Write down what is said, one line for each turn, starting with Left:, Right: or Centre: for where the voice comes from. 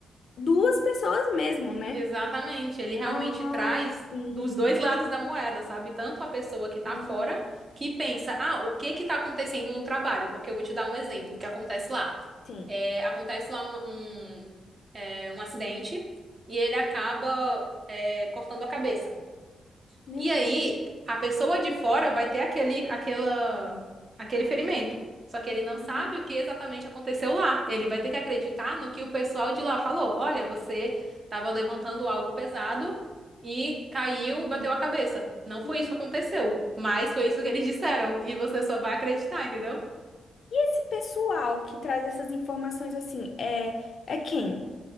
Left: duas pessoas mesmo, né?
Right: Exatamente, ele realmente
Left: Ah,
Right: traz
Left: sim,
Right: dos dois lados da moeda, sabe? Tanto a pessoa que tá
Left: sim,
Right: fora, que pensa, ah, o que que tá acontecendo no trabalho? Porque eu vou te dar um exemplo que acontece lá.
Left: sim.
Right: É, acontece lá um, um, é, um acidente e ele acaba, é, cortando a cabeça.
Left: Meu
Right: E aí,
Left: Deus.
Right: a pessoa de fora vai ter aquele, aquela, aquele ferimento. Só que ele não
Left: Aham,
Right: sabe o que exatamente aconteceu lá. Ele vai ter que acreditar no que o pessoal de lá falou. Olha, você estava levantando algo pesado e caiu,
Left: sim.
Right: bateu a cabeça. Não foi
Left: Uhum.
Right: isso que aconteceu, mas foi isso que eles disseram. E você só vai acreditar, entendeu?
Left: E esse pessoal que traz essas informações assim, é, é quem?